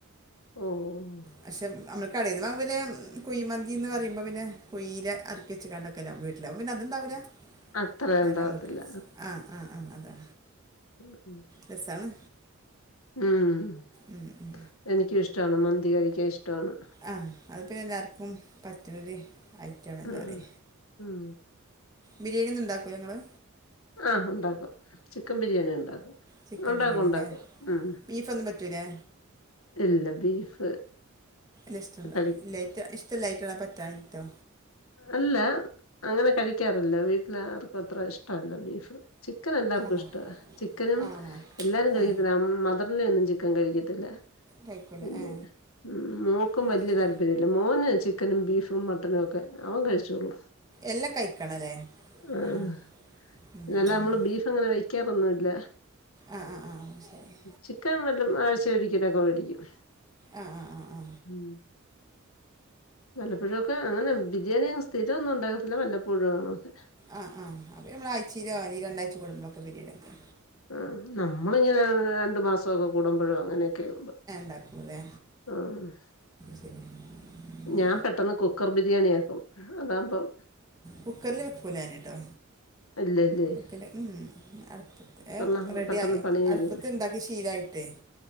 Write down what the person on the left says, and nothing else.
ഓഹ്
അത്ര
ഉണ്ടാവത്തില്ല
<inaudible>
ഉം
എനികും ഇഷ്ടമാണ് മന്തി കഴിക്കാൻ ഇഷ്ട്ടാണ്.
ആഹ് ഉം
ആഹ് ഉണ്ടാക്കും ചിക്കൻ ബിരിയാണി ഇണ്ടാക്കും.
ഉണ്ടാക്കും
ഉണ്ടാക്കും
ഉം
ഇല്ല ബീഫ്.
കഴി
അല്ല അങ്ങനെ കഴിക്കാറില്ല വീട്ടിൽ ആർക്കും അത്ര ഇഷ്ടല്ല ബീഫ് ചിക്കൻ എല്ലാവർക്കും
ഇഷ്ട്ടാ ചിക്കനും
എല്ലാരും കഴിക്കത്തില്ല
മതർ ഒന്നും ചിക്കൻ കഴികത്തില്ല
പിന്നെമോക്കും
വല്യ
താല്പര്യ അല്ല മോന് ചിക്കനും ബീഫും മട്ടനും ഒക്കെ അവൻ കഴിചോള്ളൂ.
ആഹ്
പിന്നെ
അല്ല നമ്മള് ബീഫ് അങ്ങനെ വെക്കാറൊന്നുല്ല.
ചിക്കൻ നല്ലും ആഴ്ചേല് ഒരിക്കലൊക്കെ മേടിക്കും.
ഉം നല്ലപഴു ഒക്കെ ആണ് ബിരിയാണി സ്ഥിര ഒന്നും ഉണ്ടാകത്തില്ല വല്ലപ്പോഴും ആണ് ഒക്കെ.
ആ നമ്മളിങ്ങനെ രണ്ട് മാസൊക്കെ കൂടുമ്പോഴ്യോ അങ്ങനെയൊക്കെ ഉണ്ട്.
ഹ്മ്.
ഞാൻ പെട്ടന്ന് കുക്കർ ബിരിയാണിആക്കും അതാകുമ്പം.
അല്ലല്ലേ.
കുക്കറിലാകുമ്പം
പെട്ടെന്ന്
പണി കഴിയും